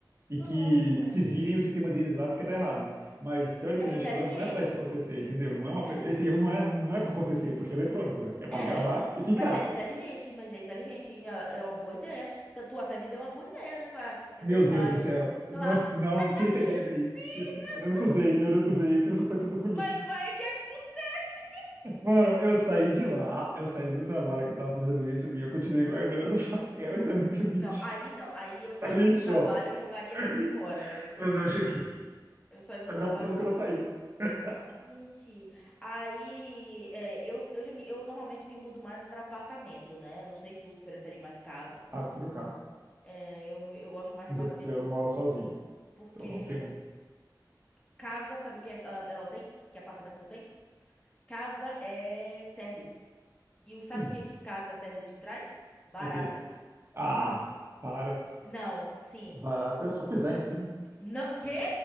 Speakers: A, on the right; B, on the left.
A: e
B: pronto.
A: que, que se virem o sistema deles lá porque tá errado. Mas, teoricamente
B: É inteligente.
A: falando, não é pra isso acontecer, entendeu? Não é uma, pe-
B: É,
A: esse erro não é, não é pra acontecer, porque é eletrônico, velho. é pra
B: é,
A: gravar e ficar.
B: mas é inteligente, mas é inteligente. É, é uma boa ideia. Você- Tu até me deu uma boa ideia, né? Pra, pra
A: Meu
B: vocês
A: Deus
B: falarem.
A: do céu, não,
B: Claro.
A: não, tira essa ideia
B: <laughs>
A: daí.
B: Sim,
A: Tira, essa-
B: não
A: eu nunca usei, eu nunca usei, aquilo foi tudo pro lixo.
B: mas vai que acontece.
A: Mano, eu saí de lá, eu saí do trabalho que eu tava fazendo isso e eu continuei guardando <laughs> os papel. Isso é muito lixo.
B: Não, aí não. Aí eu saindo
A: É lixo,
B: do trabalho,
A: ó.
B: eu jogaria
A: É
B: tudo
A: lixo.
B: fora. Eu saindo,
A: Eu não joguei.
B: eu saindo do trabalho.
A: Não foi que eu saí. <laughs>
B: Gente, aí é, eu, eu, já me- eu normalmente me mudo mais para apartamento, né? Não sei tu se prefere mais casa.
A: Ah, por acaso.
B: É, eu, me- eu gosto mais
A: Mas
B: de apartamento
A: é porque eu não moro sozinho.
B: porque
A: Então não tenho muito.
B: casa, sabe o que é, ela, ela tem? Que apartamento não tem? Casa é térreo. E o- sabe
A: Sim.
B: o que, que casa térreo te traz? Barata.
A: O quê? Ah, para.
B: Não, sim.
A: Barato é só pisar em cima.
B: Não, quê?